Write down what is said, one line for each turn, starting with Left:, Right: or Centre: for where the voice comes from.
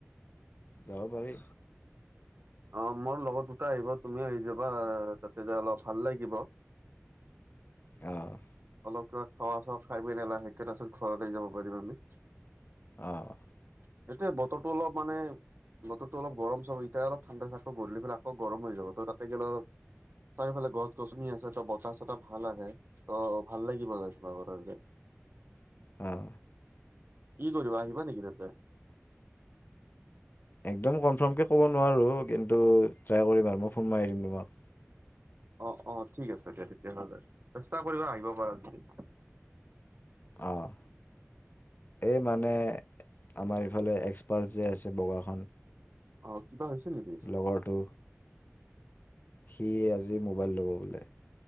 Left: যাব পাৰি
Right: অ' মোৰ লগৰ দুটা আহিব তুমিও আহি যাবা তাতে যে অলপ ভাল লাগিব।
Left: অ'
Right: অলপ কিবা খোৱা চোৱা খাই কিনে লাহেকে তাৰ পিছত ঘৰত আহি যাব পাৰিম আমি।
Left: অ'
Right: সেইটোৱে বতৰটো অলপ মানে বতৰটো ত অলপ গৰম চৰম এতিয়া অলপ ঠাণ্ডা <unintelligible> গধূলি পেলে আকৌ গৰম হৈ যাব তাতে গ'লে অলপ চাৰিওফালে গছ-গছনি আছে ত' বতাহ চতাহ ভাল আহে ত' ভাল লাগিব যাই তোমাৰ লগত যায়।
Left: অ'।
Right: কি কৰিবা আহিবা নেকি তেন্তে?
Left: একদম কনফাৰ্মকে ক'ব নোৱাৰো কিন্তু ট্ৰাই কৰিম আৰু মই ফোন মাৰি দিম তোমাক।
Right: অ', অ', ঠিক আছে দিয়া তেতিয়াহ'লে চেষ্টা কৰিবা আহিব পাৰা নি।
Left: অ'। এই মানে আমাৰ ইফালে এক্সপাৰ্ট যে আছে বগাখন।
Right: অহ', কিবা হৈছে নেকি?
Left: লগৰটো সি আজি মোবাইল ল'ব বোলে।